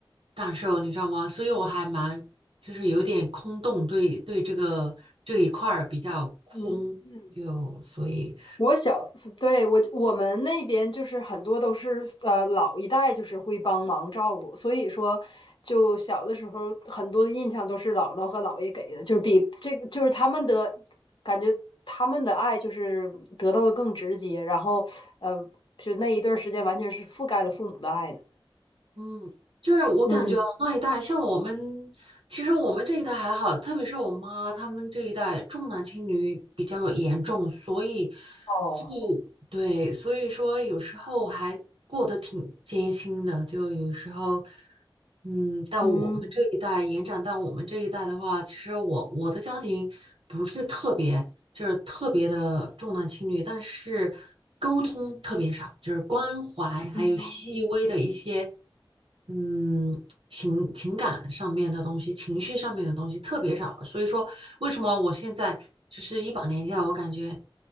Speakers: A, on the right; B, on the left.
A: 感受，你知道吗？所以我还蛮就是有点空洞，对对这个这一块儿比较空，
B: 嗯，
A: 就所以
B: 我小，对，我我们那边就是很多都是呃老一代就是会帮忙照顾，所以说就小的时候很多的印象都是姥姥和姥爷给的，就是比这个就是他们的感觉他们的爱就是得到的更直接，然后呃就那一段时间完全是覆盖了父母的爱的。
A: 嗯，就是我感觉那一代像我们，
B: 嗯，
A: 其实我们这一代还好，特别是我妈他们这一代重男轻女比较严重，所以
B: 哦，
A: 就。对，所以说有时候我还过得挺艰辛的，就有时候，嗯，到我们这一代，
B: 嗯
A: 延展到我们这一代的话，其实我我的家庭不是特别，就是特别的重男轻女，但是沟通特别少，就是关怀还有细微的一些，
B: 嗯。
A: 嗯。情情感上面的东西、情绪上面的东西特别少，所以说为什么我现在就是一把年纪了，我感觉